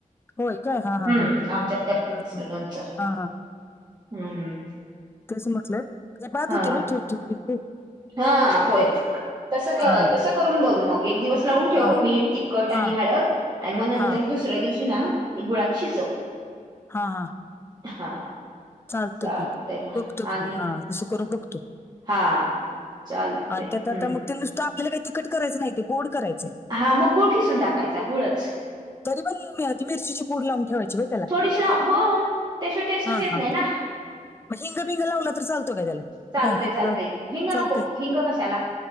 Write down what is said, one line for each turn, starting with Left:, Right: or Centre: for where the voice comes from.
Left: होय काय हा हा
Right: हम्म
Left: हा
Right: आमच्यात करत्यात
Left: बरोबर
Right: तसलं लोणच हम्म
Left: हा तेसं म्हटलं जर बाद
Right: हा
Left: होतील न ठेवून ठेवून लिंबू.
Right: हा होय, तस क
Left: हा
Right: तस करून बघ मग एक दिवस लावून ठेव
Left: हा
Right: मीठ, तिखट आणि
Left: हा
Right: हळद आणि मग नंतर
Left: हा
Right: दुसऱ्या दिवशी ना ते गुळात शिजव.
Left: हा हा
Right: हा
Left: चालतं
Right: चालतय
Left: की
Right: मग
Left: बघतो
Right: आणि
Left: कि मग हा तसं करून बघतो.
Right: हा चालतय
Left: आणि त्यात आता
Right: हम्म
Left: मग ते नुसतं आपल्याला काही तिखट करायचं नाही, ते गोड करायचंय.
Right: हा मग गूळ खीसून टाकायचा गूळच
Left: तरी पण मी मिरचीची पूड लावून ठेवायची वे त्याला
Right: थोडीशी लाव हो त्याशिवाय टेस्टच
Left: हा
Right: येत
Left: हा
Right: नाही
Left: हा
Right: ना
Left: मग हिंग बिंग लावला तर चालतो काय त्याला?
Right: चालतय
Left: नाही हिंग
Right: चालतय हिंग
Left: चालतय.
Right: नको हिंग कशाला